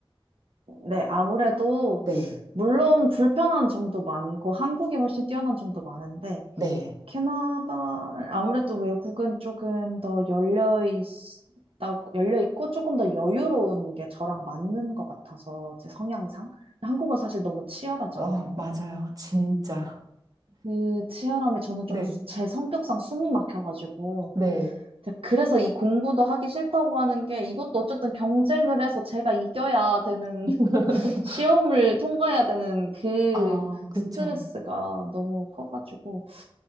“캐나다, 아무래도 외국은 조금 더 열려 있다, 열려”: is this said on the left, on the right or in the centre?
Right